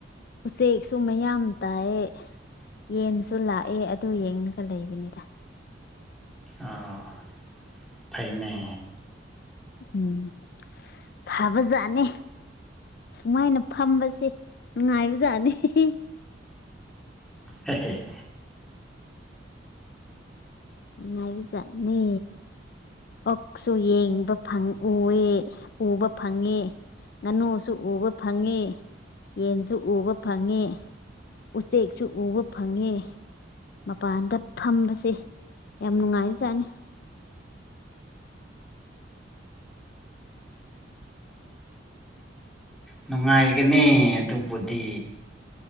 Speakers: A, on the left; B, in the centre.
A: ꯎꯆꯦꯛꯁꯨ ꯃꯌꯥꯝ ꯇꯥꯏ ꯌꯦꯟꯁꯨ ꯂꯥꯛꯑꯦ ꯑꯗꯨ ꯌꯦꯡꯂꯒ ꯂꯩꯕꯅꯤꯗ
B: ꯑꯣ ꯐꯩꯅꯦ
A: ꯎꯝ ꯐꯕꯖꯥꯠꯅꯤ ꯁꯨꯃꯥꯏꯅ ꯐꯝꯕꯁꯦ ꯅꯨꯡꯉꯥꯏꯕꯖꯥꯠꯅꯤ ꯍꯤꯍꯤ
B: ꯍꯦ ꯍꯦ
A: ꯅꯨꯡꯉꯥꯏꯕꯖꯥꯠꯅꯦ ꯑꯣꯛꯁꯨ ꯌꯦꯡꯕ ꯐꯪ ꯎꯌꯦ ꯎꯕ ꯐꯪꯉꯦ ꯉꯥꯅꯨꯁꯨ ꯎꯕ ꯐꯪꯉꯤ ꯌꯦꯟꯁꯨ ꯎꯕ ꯐꯪꯉꯤ ꯎꯆꯦꯛꯁꯨ ꯎꯕ ꯐꯪꯉꯦ ꯃꯄꯥꯟꯗ ꯐꯝꯕꯁꯦ ꯌꯥꯝ ꯅꯨꯡꯉꯥꯏꯔꯆꯥꯠꯅꯤ
B: ꯅꯨꯡꯉꯥꯏꯒꯅꯤ ꯑꯗꯨꯕꯨꯗꯤ